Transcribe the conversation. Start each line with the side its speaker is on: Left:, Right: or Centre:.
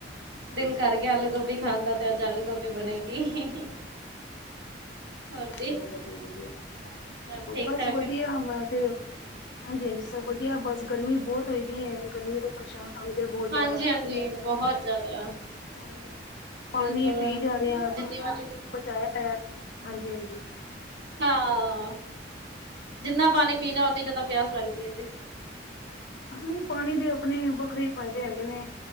Left: ਹਾਂਜੀ-ਹਾਂਜੀ।
Right: ਦਿਲ ਕਰ ਗਿਆ ਆਲੂ ਗੋਭੀ। ਖਾਂਦਾ, ਤੇ ਅੱਜ ਆਲੂ ਗੋਭੀ ਬਣੇਗੀ। ਹੋਰ ਜੀ।
Left: ਚਲੋ ਵਧੀਆ -ਵਧੀਆ
Right: ਸਭ ਠੀਕ-ਠਾਕ,
Left: ਬਸ ਵਧੀਆ ਮੈਂ ਤੇ ਹਾਂਜੀ -ਹਾਂਜੀ ਸਭ ਵਧੀਆ, ਬਸ ਗਰਮੀ ਬਹੁਤ ਹੋਈ ਦੀਏ ਗਰਮੀ ਤੋਂ ਪਰੇਸ਼ਾਨ ਹੋ ਤੇ ਬਹੁਤ ਜ਼ਿਆਦਾ,
Right: ਹਾਂਜੀ-ਹਾਂਜੀ ਬਹੁਤ ਜ਼ਿਆਦਾ
Left: ਹਾਂ ਪਾਣੀ। ਪਾਣੀ
Right: ਬਿਲਕੁਲ
Left: ਪੀ ਜਾ ਰਿਹਾ
Right: ਜਿੰਨੀ
Left: ਪਾਣੀ
Right: ਵਾਰੀ
Left: ਨੇਹੀ ਬਚਾਇਆ ਹੋਇਆ, ਹਾਂਜੀ -ਹਾਂਜੀ!
Right: ਹਾਂ। ਜਿੰਨਾ ਪਾਣੀ ਪੀ ਜਾ ਓਨੀ ਜਿਆਦਾ ਪਿਆਸ ਲੱਗਦੀ ਹੈ ਜੀ।
Left: ਹਮ। ਹਾਂ ਨੀਪਾਣੀ ਦੇ ਆਪਣੇ ਵੱਖਰੇ ਫ਼ਾਇਦੇ ਹੈਗੇ ਨੇ,